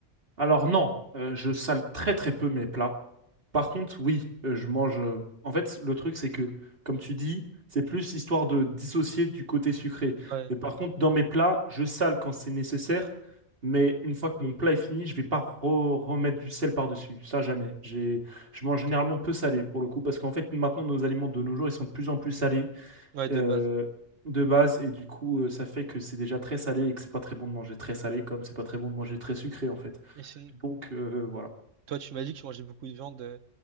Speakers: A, on the right; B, on the right.
A: Alors non, euh, je sale très très peu mes plats. Par contre, oui, euh, je mange. euh, En fait, le truc, c'est que, comme tu dis, c'est plus histoire de dissocier du côté sucré.
B: Ouais.
A: Mais par contre, dans mes plats, je sale quand c'est nécessaire. Mais une fois que mon plat est fini, je vais pas re- remettre du sel par-dessus. Ça, jamais. J'ai, je
B: Ok.
A: mange généralement peu salé pour le coup, parce qu'en fait, maintenant, nos aliments de nos jours, ils sont de plus en plus salés
B: Ouais, de
A: euh,
B: base.
A: de base, et du coup, euh, ça fait que c'est déjà très salé et que c'est pas très bon de manger très salé, comme c'est pas très bon de manger très sucré, en fait.
B: Et sinon,
A: Donc, euh, voilà,
B: toi, tu m'as dit que tu mangeais beaucoup de viande. euh,